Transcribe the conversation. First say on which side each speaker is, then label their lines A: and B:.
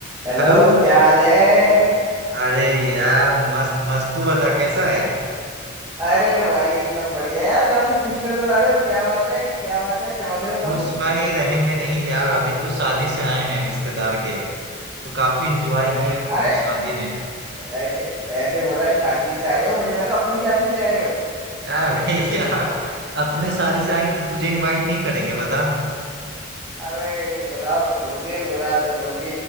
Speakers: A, on the right; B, on the right.
A: Hello
B: Hello
A: क्या हाल है
B: अरे यार मस्त मस्त तू बता कैसा है
A: अरे भाई एकदम बढ़िया यार काफी खुश नजर आ रहे हो क्या बात है क्या बात है चमक रहे हो काफी
B: खुश भाई रहेंगे नहीं यार अभी तो शादी से आए हैं रिश्तेदार के तो काफी इंजॉय
A: अरे
B: किए हम
A: अरे
B: शादी में
A: ऐसे ऐसे बोला शादी से आए हो मुझे लगा अपनी शादी से आए हो
B: अरे <laughs> यार अपने शादी से आएंगे तो तुझे इनवाइट नहीं करेंगे बता
A: अरे बताओ तो दोगे बुला तो दोगे